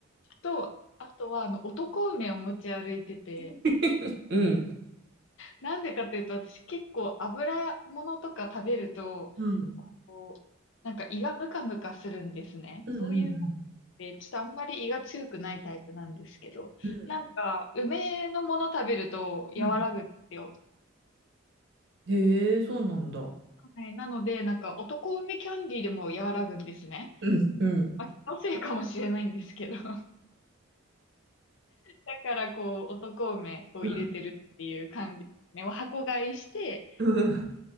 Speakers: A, on the left; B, on the right.
A: と、あとは、あの、男梅を持ち歩いてて、
B: <laughs> うん。
A: なんでかっていうと、私結構油物とか食べると、
B: うん。
A: こう、なんか胃がムカムカするんですね。
B: うんうんうん
A: そういうで、ちょっとあんまり胃が強くないタイプなんですけど、
B: うん。
A: なんか、梅のもの食べると和らぐんですよ。
B: うん。へえ、そうなんだ。
A: はい、なので、なんか、男梅キャンディーでも和らぐんですね。
B: うん。うん。
A: まあ、気のせいかもしれないんですけど。<laughs> だから、こう、男梅を入れてるっていう感じですね。
B: うん。
A: もう箱買いして、
B: うん。